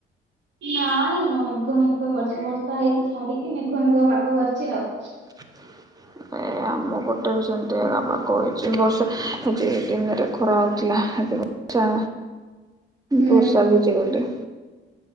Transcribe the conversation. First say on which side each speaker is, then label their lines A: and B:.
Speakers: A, on the right; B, on the right.
A: ନାଇ ହଁ ମେଘୁଆ ମେଘୁଆ କରିଛି ବର୍ଷା ହେଇକି ଛାଡିକି ମେଘୁଆ ମେଘୁଆ ପାଗ କରିଛି ଆଉ।
B: <inaudible> ଆମ ପଟେ ବି ସେମତି ଆମ କହିଛି ବର୍ଷା, ଦିନରେ ଖରା ହେଉଥିଲା ଏବେ ବର୍ଷା
A: ହୁଁ
B: ବର୍ଷା ଭିଜି ଗଲି।